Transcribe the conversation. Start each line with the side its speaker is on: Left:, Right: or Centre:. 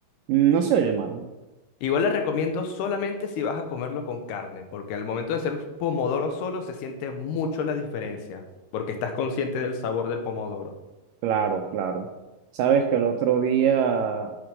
Right: No se oye mal.
Left: Igual la recomiendo solamente si vas a comerlo con carne, porque al momento de hacer pomodoro solo se siente mucho la diferencia, porque estás consciente del sabor del pomodoro.
Right: Claro, claro. Sabes que el otro día,